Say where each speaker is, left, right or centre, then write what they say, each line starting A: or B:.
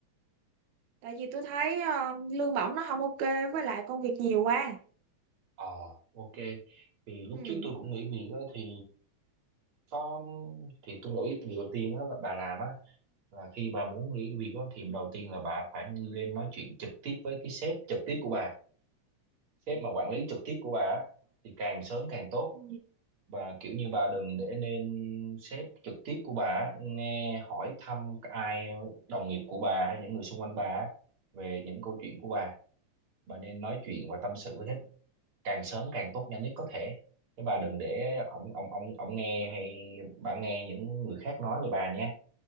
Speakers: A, on the right (about 75°); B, on the right (about 50°).
A: Tại vì tôi thấy ờ, lương bổng nó không ok với lại công việc nhiều quá.
B: Ờ, ok. Thì lúc
A: Ừ.
B: trước tôi cũng nghỉ việc á, thì có thì tôi nghĩ việc đầu tiên đó là bà làm á là khi bà muốn nghỉ việc đó, thì đầu tiên là bà phải lên nói chuyện trực tiếp với cái sếp trực tiếp của bà sếp mà quản lý trực tiếp của bà á, thì càng sớm càng tốt
A: Ừ.
B: bà kiểu như bà đừng để nên sếp trực tiếp của bà á, nghe hỏi thăm ai đồng nghiệp của bà hay những người xung quanh bà á về những câu chuyện của bà bà nên nói chuyện và tâm sự với sếp càng sớm càng tốt nhanh nhất có thể chứ bà đừng để ổng ổng ổng ổng nghe hay bà nghe những người khác nói về bà nha